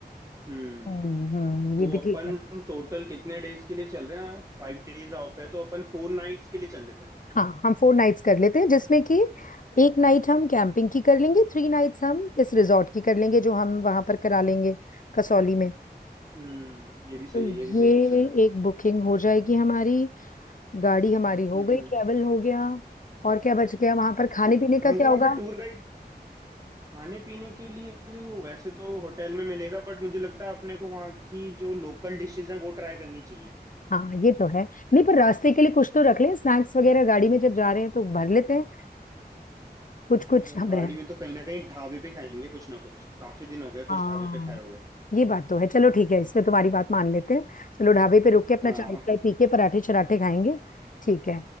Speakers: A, on the right; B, on the left.
A: वॉश
B: हम्म हम्म
A: तो
B: ये भी
A: अपन
B: ठीक
A: टोटल कितने डेज के लिए चल रहे हैं फाइव डेज ऑफ है तो अपन फोर नाइट्स के लिए चल लेते हैं
B: हाँ हम फोर नाइट्स कर लेते हैं जिसमें कि एक नाइट हम कैंपिंग की कर लेंगे थ्री नाइट्स हम इस रिजॉर्ट की कर लेंगे जो हम वहां पर करा लेंगे कसौली में
A: हम्म ये भी सही
B: तो
A: है ये भी सही
B: ये
A: ऑप्शन है
B: एक बुकिंग हो जाएगी हमारी गाड़ी हमारी हो
A: हम्म
B: गई
A: हम्म।
B: ट्रैवल हो गया और क्या बच गया वहां पर खाने
A: क्या-
B: पीने का
A: हमको
B: क्या
A: वहाँ
B: होगा
A: पे टूर गाइड खाने पीने के लिए देखो वैसे तो होटल में मिलेगा बट मुझे लगता है अपने को वहाँ की जो लोकल डिशेज हैं वो ट्राई करनी चाहिए
B: हाँ ये तो है नहीं पर रास्ते के लिए कुछ तो रख लें स्नैक्स वगैरह गाड़ी में जब जा रहे हैं तो भर लेते हैं कुछ कुछ
A: जो
B: हमें
A: गाड़ी में तो कहीं ना कहीं ढाबे पे खाएंगे कुछ ना कुछ काफी दिन हो गए कुछ
B: हाँ
A: ढाबे पे खाए हुए
B: ये बात तो है चलो ठीक है इसमें तुम्हारी बात मान लेते हैं चलो ढाबे पे रुक के अपना
A: हाँ
B: चाय चाय पी के पराठे चराठे खाएंगे ठीक है